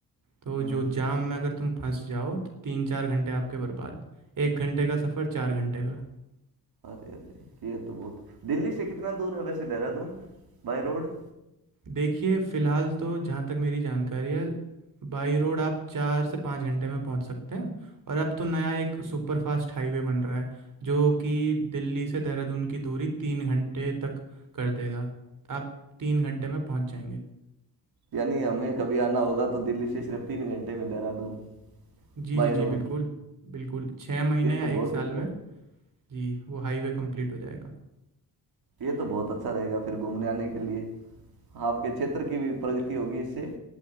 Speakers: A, on the right; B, on the right.
A: तो
B: हम्म
A: जो जाम में अगर तुम फंस जाओ तो तीन चार घंटे आपके बर्बाद एक घंटे का सफ़र चार घंटे का
B: अरे अरे ये तो बहुत दिल्ली से कितना दूर है वैसे देहरादून बाय रोड
A: देखिए फ़िलहाल तो जहाँ तक मेरी जानकारी है बाई रोड आप चार से पाँच घंटे में पहुँच सकते हैं और अब तो नया एक सुपर फास्ट हाईवे बन रहा है जो कि दिल्ली से देहरादून की दूरी तीन घंटे तक कर देगा आप तीन घंटे में पहुँच जाएंगे
B: यानी हमें कभी आना होगा तो दिल्ली से सिर्फ तीन घंटे में देहरादून
A: जी
B: बाय
A: जी जी
B: रोड
A: बिल्कुल बिल्कुल छः महीने
B: ये
A: या
B: तो बहुत
A: एक साल
B: अच्छा
A: में
B: है
A: जी वो हाईवे कंप्लीट हो जाएगा
B: ये तो बहुत अच्छा रहेगा फिर घूमने आने के लिए आपके क्षेत्र की भी प्रगति होगी इससे